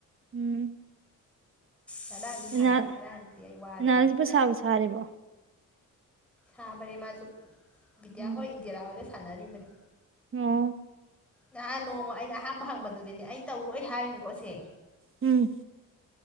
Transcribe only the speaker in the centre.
ꯉꯔꯥꯡꯁꯨ
ꯁꯥꯅꯗꯦ ꯉꯔꯥꯡꯗꯤ ꯑꯩ ꯋꯥꯔꯦꯅ
<unintelligible>
ꯍꯝ ꯔꯦ ꯃꯥꯁꯨ ꯕꯤꯗ꯭ꯌꯥ
ꯍꯣꯏ ꯏꯟꯗꯤꯔꯥ ꯍꯣꯏ ꯁꯅꯔꯤꯕꯅꯤ
ꯅꯍꯥꯟ ꯅꯣꯡꯃ ꯑꯩꯅ ꯑꯍꯥꯟꯕ ꯍꯪꯕꯗꯗꯤꯅꯦ ꯑꯩ ꯇꯧꯔꯣꯏ ꯍꯥꯏꯅꯤ ꯒꯣꯁꯦ